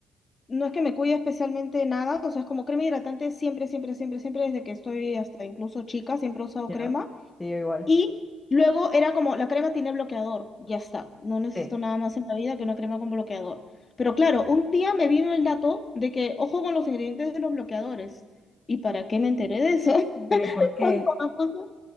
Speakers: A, on the left; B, on the left.
A: no es que me cuide especialmente de nada, o sea, es como crema hidratante siempre, siempre, siempre, siempre, desde que estoy hasta incluso chica, siempre he usado
B: ¿ya?
A: crema.
B: Sí, yo igual.
A: Y luego era como, la crema tiene bloqueador, ya está. No necesito
B: Sí.
A: nada más en la vida que una crema con bloqueador. Pero claro, un día me vino el dato de que, ojo con los ingredientes de los bloqueadores. ¿Y para qué me enteré de eso? <laughs>
B: Pero ¿y por qué?
A: Cuando me puso-